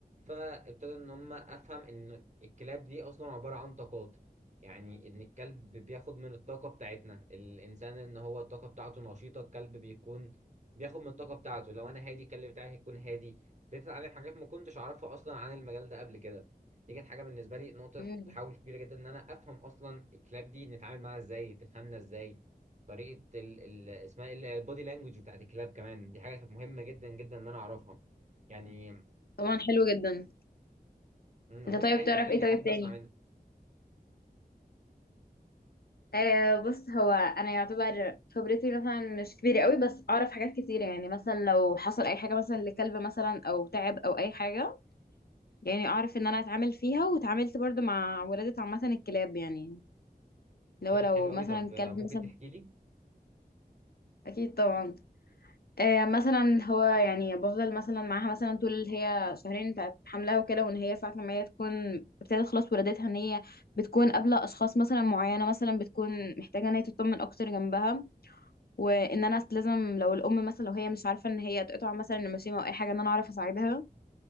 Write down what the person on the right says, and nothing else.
فابتدى ان هم افهم ان الكلاب دي اصلا عباره عن طاقات يعني ان الكلب بياخد من الطاقه بتاعتنا الانسان ان هو الطاقه بتاعته نشيطه الكلب بيكون بياخد من الطاقه بتاعته لو انا هادي الكلب بتاعي هيكون هادي ابتديت اتعلم حاجات ما كنتش اعرفها اصلا عن المجال ده قبل كده دي كانت حاجه بالنسبه لي نقطه
تحول كبيره جدا ان انا افهم اصلا الكلاب دي نتعامل معاها ازاي تفهمنا ازاي طريقه ال... ال... اسمها ايه البودي لانجوج بتاعت الكلاب كمان دي حاجه كانت مهمه جدا جدا ان انا اعرفها يعني
مم،
ممكن
عادي
تحكي
لي
حابب
اسمع منك
اه طب
حلو قوي
طب آه،
ممكن
تحكي لي